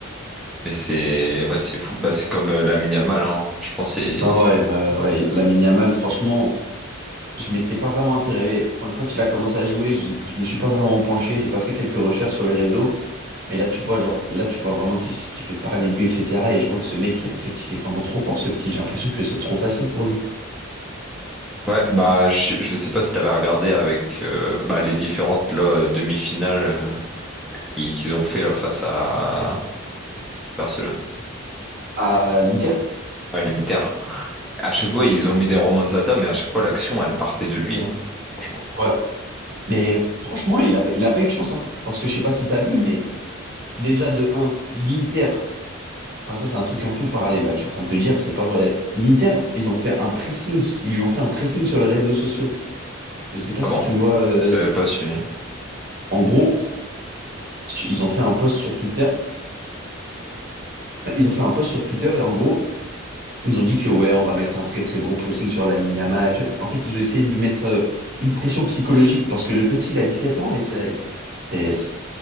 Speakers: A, in the centre; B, on the right.
A: Mais c'est ouais, c'est fou. Bah, c'est comme euh, Lamine Yamal, hein. Franchement, c'est.
B: Ah ouais, euh, ouais, Lamine Yamal, franchement, je m'étais pas vraiment intéressé. Enfin, quand il a commencé à jouer, j'ai- je me suis pas vraiment penché. J'ai pas fait quelques recherches sur les réseaux. Mais là, tu vois, genre, là, tu vois vraiment qu'il qu'il fait parler de lui, etc. Et je vois que ce mec, en fait, il est vraiment trop fort, ce petit. J'ai l'impression que c'est trop facile pour lui.
A: Ouais, bah je, je sais pas si t'avais regardé avec euh, bah, les différentes là, euh, demi-finales euh, qui, qu'ils ont fait là face à c'était qui Barcelone?
B: À l'Inter.
A: Ouais, l'Inter. À chaque fois, ils ont mis des remontadas, mais à chaque fois, l'action, elle partait de lui, hein, franchement.
B: Ouais. Mais franchement, il a, pas- il a pas eu de chance, hein. Parce que je sais pas si t'as vu, mais déjà, de un l'Inter. Enfin, ça, c'est un truc un peu parallèle, là, que je suis en train de te dire. C'est pas vrai. L'Inter, ils ont fait un pressing. Ils lui ont fait un pressing sur les réseaux sociaux. Je sais pas
A: Ah
B: si
A: bon?
B: tu vois. euh,
A: Je l'avais pas su. hein.
B: en gros, Ils ont fait un post sur Twitter. enfin, Ils ont fait un post sur Twitter et en gros, ils ont dit que ouais, on va mettre un très très gros pressing sur Lamine Yamal. Tu vois, en fait, ils ont essayé de lui mettre euh, une pression psychologique parce que le petit, il a dix sept ans et c'est c'est- c'est-